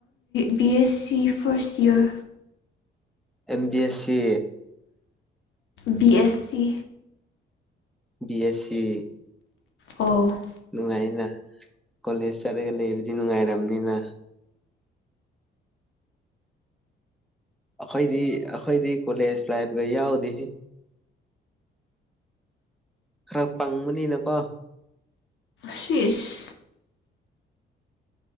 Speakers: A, on the left; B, in the centre.
A: B S C first year
B: M B S C
A: B S C
B: B S C
A: ꯑꯣ
B: ꯅꯨꯡꯉꯥꯏꯅ ꯀꯣꯂꯦꯖ ꯆꯠꯂꯂꯩ ꯑꯗꯨꯗꯤ ꯅꯨꯡꯉꯥꯏꯔꯝꯅꯤꯅ ꯑꯩꯈꯣꯏꯗꯤ ꯑꯩꯈꯣꯏꯗꯤ ꯀꯣꯂꯦꯖ ꯂꯥꯏꯕ ꯀ ꯌꯥꯎꯗꯦꯍ‌ꯦ ꯈꯔ ꯄꯪꯕꯅꯤꯅꯀꯣ
A: ꯁꯤꯏꯁ